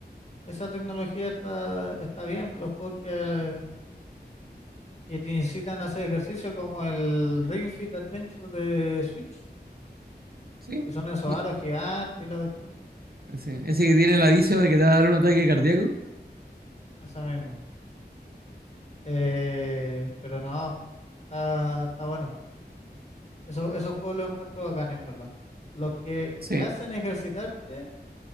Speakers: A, on the left (about 40°); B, on the right (about 60°).
A: esa tecnología está, está bien. Los juegos que, que te incitan a hacer ejercicio, como el Ring Fit Adventure de Switch,
B: Sí,
A: que son esos
B: no,
A: aros gigantes y la cuestión.
B: sí. Ese que tiene el aviso de que te va a dar un ataque cardíaco.
A: esa mismo. Eh, pero no, está, está bueno. Eso, esos juegos los encuentro bacanes, en verdad. Los que
B: Sí,
A: te hacen ejercitarte